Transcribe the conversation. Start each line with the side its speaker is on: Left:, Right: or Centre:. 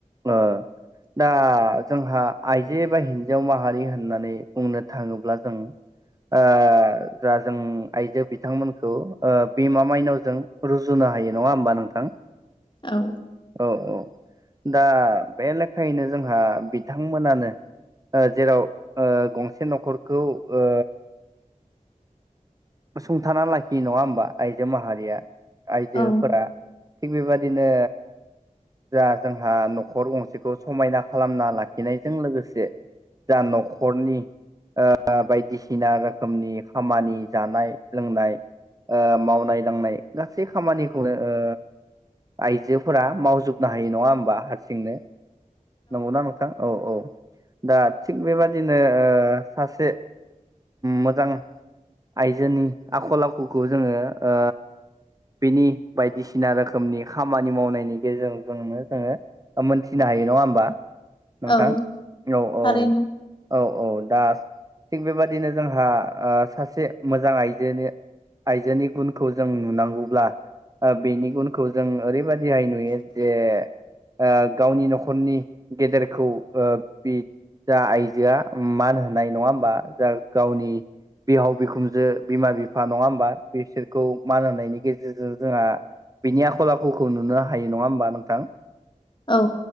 Right: ओ दा जोंहा आइजो बा हि हिनजाव माहारि होननानै बुंनो थाङोब्ला जों ओ जा जों आइजो बिथांमोनखौ ओ बिमा माइनावजों रुजुनो हायो नङा होनबा नोंथां।
Left: औ
Right: औ औ दा बे लेखायैनो जोंहा बिथांमोनानो जेराव ओ गंसे न'खरखौ ओ सुंथाना लाखि नङा होमबा आइजो माहारिया आइजोफोरा
Left: औ
Right: थिग बेबादिनो जा जोंहा न'खर गंसेखौ समायना खालामना लाखिनायजों लोगोसे जा न'खरनि ओ बायदिसिना रोखोमनि खामानि जानाय लोंनाय ओ मावनाय दांनाय गासै खामानिखौनो ओ आइजोफोरा मावजोबनो हायो नङा होमबा हारसिंनो नंगौना नोंथां औ औ दा थिग बेबादिनो ओ सासे मोजां आइजोनि आखल आखुखौ जोङो ओ बेनि बायदिसिना रोखोमनि खामानि मावनायनि गेजेरजोंजोंनो जोङो मोनसे फिनो हायो नङा होमबा नोंथां
Left: औ
Right: औ
Left: थारैनो
Right: औ औ औ दा थिग बेबादिनो जोंहा ओ सासे मोजां आइजोनि आइजोनि गुनखौ जों नुनांगौब्ला ओ बेनि गुनखौ जों ओरैबायाददिहाय नुयो जे ओ गावनि न'खरनि गेदेरखौ ओ बि जा आइजोआ मान होनाय नङा होमबा जा गावनि बिहाव बिखुनजो बिमा बिफा नङा होमबा बिसोरखौ मान होनायनि गेजेरजों जोंहा बिनि आखल आखुखौ नुनो हायो नङा होमबा नोंथां?
Left: औ